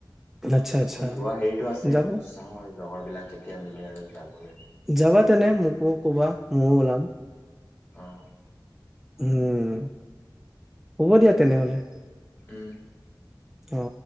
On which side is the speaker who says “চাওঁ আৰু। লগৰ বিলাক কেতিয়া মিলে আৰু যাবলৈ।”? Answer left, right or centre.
Left